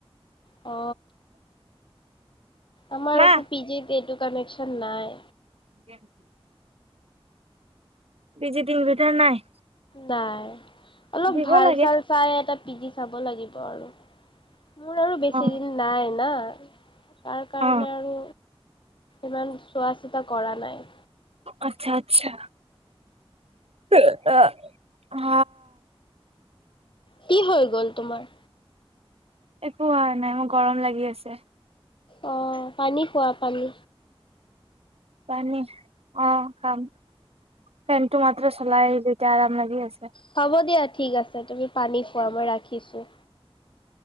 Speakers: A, on the left; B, on the right.
A: অ আমাৰ
B: মা
A: আকৌ পিজিত এইটো কানেকশ্যন নাই
B: সে নেকি <inaudible> পিজিটোৰ ভিতৰত নাই
A: নাই অলপ
B: দিব
A: ভাল
B: লাগে
A: চাল চাই এটা পিজি চাব লাগিব আৰু মোৰ আৰু বেছি
B: অ
A: দিন নাই না তাৰ কাৰণে
B: অ
A: আৰু। ইমান চোৱা চিতা কৰা নাই।
B: আচ্ছা আচ্ছা। হ অ হ।
A: কি হৈ গল তোমাৰ?
B: একো হোৱা নাই, মোৰ গৰম লাগি আছে।
A: অ, পানী খোৱা পানী।
B: পানী অ খাম, ফেন টো মাত্ৰ চলাই আহিলো এতিয়া আৰাম লাগি আছে।
A: হ'ব দিয়া। ঠিক আছে তুমি পানী খোৱা মই ৰাখিছোঁ'